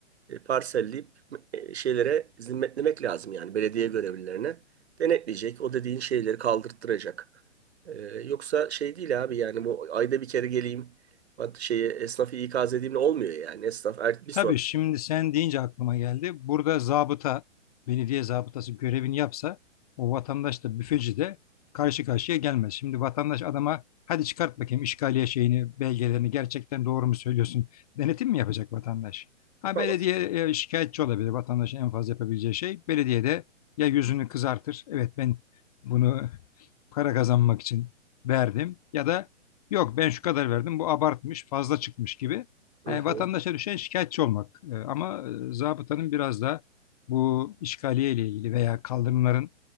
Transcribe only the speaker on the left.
Tabii
şimdi sen deyince aklıma geldi. Burada zabıta, belediye zabıtası görevini yapsa o vatandaş da büfeci de karşı karşıya gelmez. Şimdi vatandaş adama hadi çıkart bakayım işgaliye şeyini, belgelerini gerçekten doğru mu söylüyorsun? Denetim mi yapacak vatandaş? Ha
belediye e, şikayetçi olabilir. Vatandaşın en fazla yapabileceği şey belediye de ya yüzünü kızartır. Evet ben bunu para kazanmak için verdim ya da yok ben şu kadar verdim bu abartmış fazla çıkmış gibi
yani
vatandaşa düşen şikayetçi olmak. E, ama e, zabıtanın biraz da bu işgaliye ile ilgili veya kaldırımların